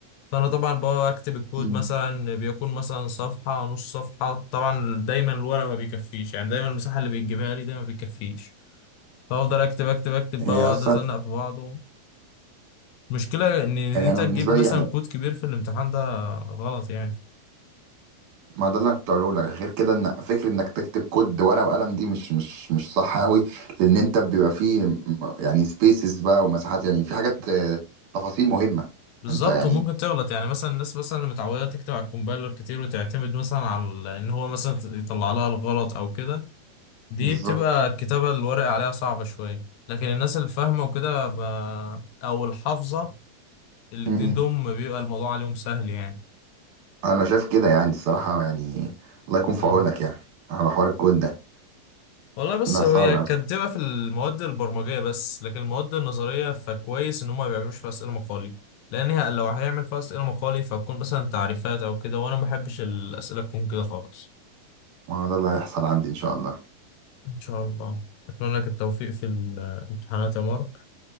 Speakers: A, on the left (about 80°); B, on the right (about 65°).
A: فانا طبعا بكتب الكود
B: مم.
A: مثلا بيكون مثلا صفحه نص صفحه طبعا دايما الورق ما بيكفيش يعني دايما المساحه اللي بيجيبها لي ده ما بيكفيش فافضل اكتب اكتب اكتب
B: هي
A: بقى واقعد
B: اصلا
A: ازنق في بعضه المشكله ان إن
B: هي
A: انت
B: انا
A: تجيب
B: بالنسبه
A: مثلا
B: لي يعني
A: كود كبير في الامتحان ده غلط يعني
B: ما ده اللي انا كنت هقوله لك غير كده ان فكره انك تكتب كود ورقه وقلم دي مش مش مش صح قوي لان انت بيبقى فيه م- يعني سبيسز بقى ومساحات يعني في حاجات آه، تفاصيل مهمه
A: بالظبط
B: انت يعني
A: وممكن تغلط يعني مثلا الناس مثلا اللي متعوده تكتب على الكومبايلر كتير وتعتمد مثلا على ان هو مثلا يطلع لها الغلط او كده دي
B: بالظبط
A: بتبقى الكتابه الورق عليها صعبه شويه لكن الناس اللي فاهمه وكده ب... او الحافظه الاتنين
B: م- م.
A: دول بيبقى الموضوع عليهم سهل يعني
B: انا شايف كده يعني الصراحه يعني الله يكون في
A: مم.
B: عونك يعني على حوار الكود ده
A: والله بس
B: لا
A: هو
B: صعب
A: هي
B: قوي
A: كانت بتبقى في المواد البرمجيه بس لكن المواد النظريه فكويس ان هم ما بيعملوش فيها اسئله مقالي لان هي- لو هيعمل فيها اسئله مقالي فهتكون مثلا تعريفات او كده وانا ما بحبش الاسئله تكون كده خالص
B: ما هو ده اللي هيحصل عندي ان شاء الله
A: إن شاء الله أتمنى لك التوفيق في الامتحانات يا مارك